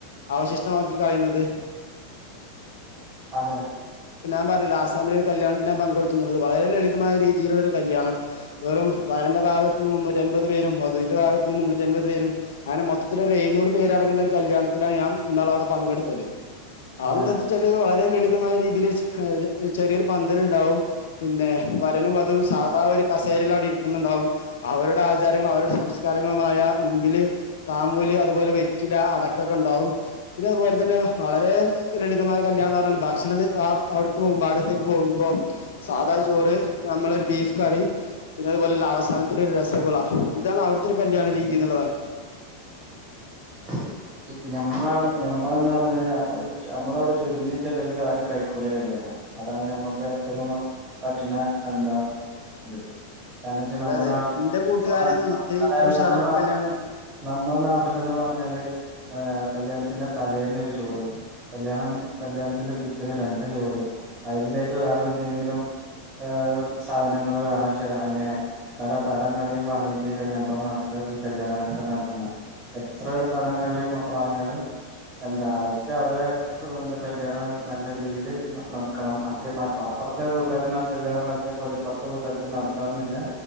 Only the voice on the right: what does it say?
അതെ
അതെ
<inaudible> മ് ഞമ്മളവിടെ ഞമ്മളന്ന് പറഞ്ഞവന് അമ് അമ്മളവിടെ ചുരുങ്ങിയ ചെലവിലാണ് കൈക്കൂല മെടി ണം അതാണ് ഞമ്മക്ക് ഏറ്റ ഗുമ്മാ പറ്റുന്ന എ എന്താ ഇത് കാരണം വെച്ചാ
നമ്മുടെ
നാട്ട് ല്
<unintelligible>
അതായത്
നമ്മുടെ നാട്ട
നമ്മുടെ നാട്ടിലന്ന് പറഞ്ഞാല് ആ കല്യാണത്തിന്റെ തലേന്ന് ഒരു ചോറ് കല്യാണം കല്യാണത്തിന്റെ പിറ്റേന്ന് രണ്ട് ചോറ് അതിലേക്ക് വേറെന്ത <unintelligible> ആഹ സാധനങ്ങള് വേണെച്ചല് അങ്ങനെ നല്ല കടങ്ങളിൽ വാങ്ങിട്ട് കഴിഞ്ഞാ <unintelligible> എ ഈ കല്യാണങ്ങളക്ക <unintelligible> എത്ര കടങ്ങള് വാ വാങ്ങിയാലും എന്താ അവര്ക്ക് അവരെ <unintelligible> എന്താ കല്യാണം നല്ല രീതില് ന ന കണം <unintelligible> മപ്പ അപ്പറത്തെ വീട്ടുകാര ന കല്ലാണം നട ത്തെ പോലെ ഇപ്പുറത്തെ വീട്ടെകാർക്ക്‌ നടത്താൻന്നില്ലെ